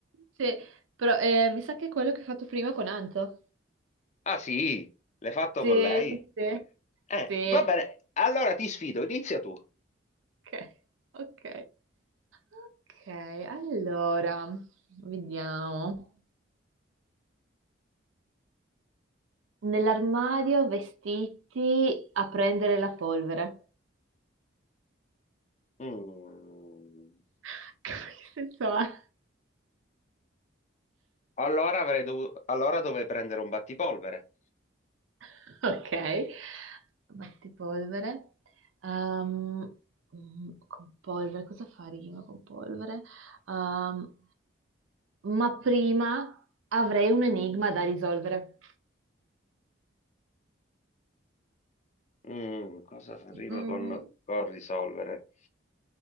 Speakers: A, on the right; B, on the left.
A: Sì, però eh, mi sa che è quello che hai fatto prima con Anto.
B: Ah sì, l'hai fatto
A: Sì,
B: con lei?
A: sì, sì.
B: Eh,
A: Sì,
B: va bene, allora ti sfido, inizia tu.
A: ok, ok. Ok, allora, vediamo. Nell'armadio vestiti a prendere la polvere.
B: Mm.
A: <laughs> Che senso ha?
B: Allora avrei dovuto... Allora dovrei prendere un battipolvere.
A: <laughs> Ok, battipolvere. Ehm, mm, con polvere, cosa fa rima con polvere? Ehm, ma prima avrei un enigma da risolvere.
B: Mm, cosa fa- rima
A: Mm,
B: con, con risolvere?